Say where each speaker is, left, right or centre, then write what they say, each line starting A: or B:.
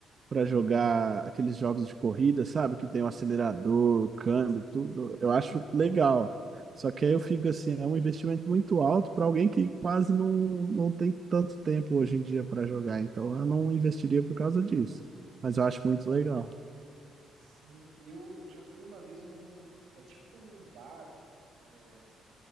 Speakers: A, on the right (about 45°); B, on the right (about 75°).
A: para jogar aqueles jogos de corrida, sabe? Que tem o acelerador, o câmbio, tudo. Eu acho
B: Pô,
A: legal. Só que aí eu fico assim, é um investimento muito alto para alguém que quase não, não tem tanto tempo hoje em dia para jogar. Então eu não investiria por causa disso. Mas eu acho muito legal.
B: sim, eu, eu já fui uma vez num, é tipo um bar, é,